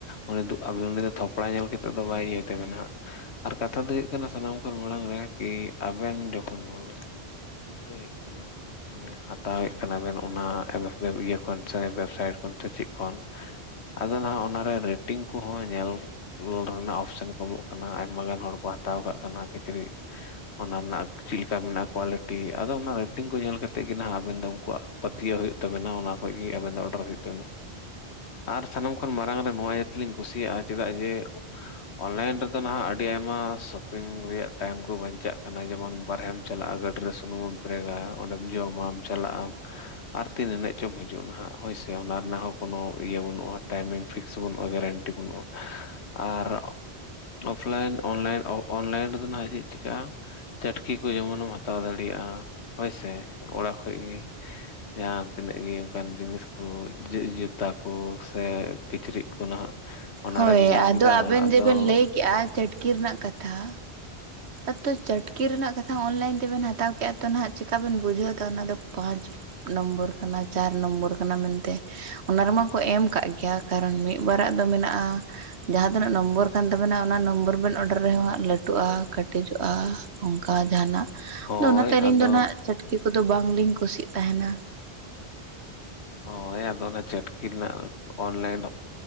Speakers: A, on the left (about 85°); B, on the right (about 80°).
A: ᱩᱱᱤ ᱫᱚ ᱟᱵ ᱩᱱᱤᱫ ᱫᱚ ᱛᱷᱚᱯᱲᱟ ᱧᱮᱞ ᱠᱟᱛᱮᱜ ᱫᱚ ᱵᱟᱭ ᱤᱭᱟᱹᱭ ᱛᱟᱵᱮᱱᱟ ᱦᱟᱸᱜ ᱟᱨ ᱠᱟᱛᱷᱟ ᱫᱚ ᱦᱩᱭᱩᱜ ᱠᱟᱱᱟ ᱥᱟᱱᱟᱢ ᱠᱷᱚᱱ ᱢᱟᱲᱟᱝ ᱨᱮ ᱠᱤ ᱟᱵᱮᱱ ᱡᱚᱠᱷᱚᱱ ᱱᱚᱣᱟ ᱵᱮᱱ ᱪᱤᱠᱟᱹᱭᱮᱫ ᱠᱟᱱᱟ? ᱚᱱᱮ ᱦᱟᱛᱟᱣᱮᱜ ᱠᱟᱱᱟ ᱵᱮᱱ ᱚᱱᱟ ᱤᱭᱟᱹ ᱠᱷᱚᱱ ᱥᱮ ᱭᱮᱵᱥᱟᱭᱤᱴ ᱠᱷᱚᱱ ᱥᱮ ᱪᱮᱜ ᱠᱷᱚᱱ ᱟᱫᱚ ᱱᱟᱦᱟᱜ ᱚᱱᱟᱨᱮ ᱨᱮᱴᱤᱝ ᱠᱚᱦᱚᱸ ᱧᱮᱞ ᱨᱩᱣᱟᱹᱲ ᱨᱮᱱᱟᱜ ᱚᱯᱥᱮᱱ ᱠᱚ ᱮᱢᱚᱜ ᱠᱟᱱᱟ᱾ ᱟᱭᱢᱟ ᱜᱟᱱ ᱦᱚᱲ ᱠᱚ ᱦᱟᱛᱟᱣ ᱠᱟᱜ ᱠᱟᱱᱟ ᱠᱤᱪᱨᱤᱤᱡ᱾ ᱚᱱᱟ ᱨᱮᱱᱟᱜ ᱪᱮᱫ ᱞᱮᱠᱟ ᱢᱮᱱᱟᱜᱼᱟ᱾ ᱠᱳᱣᱟᱞᱤᱴᱤ ᱟᱫᱚ ᱚᱱᱟ ᱨᱮᱴᱤᱝ ᱠᱚ ᱧᱮᱞ ᱠᱟᱛᱮᱫ ᱜᱮ ᱦᱟᱜ ᱟᱵᱮᱱ ᱫᱚ ᱩᱱᱠᱩᱣᱟᱜ ᱯᱟᱹᱛᱭᱟᱹᱣ ᱦᱩᱭᱩᱜ ᱛᱟᱵᱮᱱᱟ ᱚᱱᱟ ᱠᱷᱚᱱ ᱜᱮ ᱟᱵᱮᱱ ᱫᱚ ᱚᱰᱟᱨ ᱦᱩᱭᱩᱜ ᱛᱟᱵᱮᱱᱟ᱾ ᱟᱨ ᱥᱟᱱᱟᱢ ᱠᱷᱚᱱ ᱢᱟᱨᱟᱝ ᱨᱮ ᱱᱚᱣᱟᱤᱭᱟᱹ ᱞᱤᱧ ᱠᱩᱥᱤᱭᱟᱜᱼᱟ ᱪᱮᱫᱟᱜ ᱡᱮ ᱚᱱᱞᱟᱭᱤᱱ ᱨᱮᱫᱚ ᱱᱟᱦᱟᱜ ᱟᱹᱰᱤ ᱟᱭᱢᱟ ᱥᱚᱯᱤᱝ ᱨᱮᱭᱟᱜ ᱴᱟᱭᱤᱢ ᱠᱚ ᱵᱟᱧᱪᱟᱜ ᱠᱟᱱᱟ ᱡᱮᱢᱚᱱ ᱵᱟᱨᱦᱮᱢ ᱪᱟᱞᱟᱜᱼᱟ ᱜᱟᱹᱰ ᱨᱮ ᱥᱩᱱᱩᱢᱮᱢ ᱯᱨᱮᱜᱟ ᱚᱸᱰᱮᱢ ᱡᱚᱢᱟᱢ ᱪᱟᱞᱟᱜ ᱟᱢ᱾ ᱟᱨ ᱛᱤᱱ ᱮᱱᱮᱡ ᱪᱚᱢ ᱦᱤᱡᱩᱜ ᱱᱟᱦᱟᱜ ᱦᱳᱭᱥᱮ ᱚᱱᱟ ᱨᱮᱱᱟᱜ ᱦᱚᱸ ᱠᱳᱱᱳ ᱤᱭᱟᱹ ᱵᱟᱹᱱᱩᱜᱼᱟ ᱴᱟᱭᱢᱤᱝ ᱯᱷᱤᱠᱥ ᱦᱚᱸ ᱵᱟᱹᱱᱩᱜ᱾ ᱱᱚᱣᱟ ᱜᱮᱨᱮᱱᱴᱤ ᱵᱟᱹᱱᱩᱜᱼᱟ᱾ ᱟᱨ ᱚᱯᱷᱞᱟᱭᱤᱱ ᱚᱱᱞᱟᱭᱤᱱ ᱚᱱᱞᱟᱭᱤᱱ ᱨᱮᱫᱚ ᱱᱟᱦᱟᱜ ᱪᱮᱫᱜ ᱪᱤᱠᱟᱹᱜᱼᱟ ᱪᱟᱹᱴᱠᱤ ᱠᱚ ᱡᱮᱢᱚᱱᱢ ᱦᱟᱛᱟᱣ ᱫᱟᱲᱮᱭᱟᱜᱼᱟ ᱦᱳᱭᱥᱮ ᱚᱲᱟᱜ ᱠᱷᱚᱡ ᱜᱮ᱾ ᱡᱟᱦᱟᱸ ᱛᱤᱱᱟᱹᱜ ᱜᱮ ᱚᱱᱠᱟᱱ ᱡᱤᱱᱤᱥ ᱠᱚ ᱡᱩᱛᱟᱹ ᱠᱚ ᱥᱮ ᱠᱤᱪᱨᱤᱡ ᱠᱚ ᱱᱟᱦᱟᱜ ᱚᱱᱟᱨᱮᱢ
B: ᱦᱳᱭ
A: ᱧᱮᱞ
B: ᱟᱫᱚ
A: ᱠᱮᱫᱟ
B: ᱟᱵᱮᱱ
A: ᱟᱫᱚ
B: ᱡᱮᱵᱮᱱ ᱞᱟᱹᱭ ᱠᱮᱜᱼᱟ ᱪᱟᱹᱴᱠᱤ ᱨᱮᱱᱟᱜ ᱠᱟᱛᱷᱟ ᱟᱛᱚ ᱪᱟᱹᱴᱠᱤ ᱨᱮᱱᱟᱜ ᱠᱟᱛᱷᱟ ᱚᱱᱞᱟᱭᱤᱱ ᱛᱮᱵᱮᱱ ᱦᱟᱛᱟᱣ ᱠᱮᱜᱼᱟ ᱛᱚ ᱱᱟᱦᱟᱜ ᱪᱮᱠᱟ ᱵᱮᱱ ᱵᱩᱡᱷᱟᱹᱣᱫᱟ ᱚᱱᱟ ᱫᱚ ᱯᱟᱸᱪ ᱱᱚᱢᱵᱚᱨ ᱠᱟᱱᱟ ᱪᱟᱨ ᱱᱚᱢᱵᱚᱨ ᱠᱟᱱᱟ ᱢᱮᱱᱛᱮ ᱚᱱᱟ ᱨᱮᱢᱟ ᱠᱚ ᱮᱢ ᱠᱟᱜ ᱜᱮᱭᱟ ᱠᱟᱨᱚᱱ ᱢᱤᱜᱵᱟᱨᱟᱜ ᱫᱚ ᱢᱮᱱᱟᱜᱼᱟ ᱡᱟᱦᱟᱸ ᱛᱤᱱᱟᱹᱜ ᱱᱚᱢᱵᱚᱨ ᱠᱟᱱ ᱛᱟᱵᱮᱱᱟ ᱚᱱᱟ ᱱᱚᱢᱵᱚᱨ ᱵᱮᱱ ᱚᱰᱟᱨ ᱨᱮᱦᱚᱸ ᱦᱟᱸᱜ ᱞᱟᱹᱴᱩᱜᱼᱟ, ᱠᱟᱴᱮᱡᱚᱜᱼᱟ᱾ ᱚᱱᱠᱟ ᱡᱟᱦᱱᱟᱜ
A: ᱦᱳᱭ
B: ᱟᱫᱚ ᱚᱱᱟᱛᱮ ᱟᱹᱞᱤᱧ
A: ᱟᱫᱚ
B: ᱫᱚ ᱱᱟᱜ ᱪᱟᱹᱴᱠᱤ ᱠᱚᱫᱚ ᱵᱟᱝᱞᱤᱧ ᱠᱩᱥᱤᱜ ᱛᱟᱦᱮᱱᱟ
A: ᱦᱳᱭ ᱟᱫᱚ ᱚᱱᱟ ᱪᱟᱹᱴᱠᱤ ᱨᱮᱱᱟᱜ ᱚᱱᱞᱟᱭᱤᱱ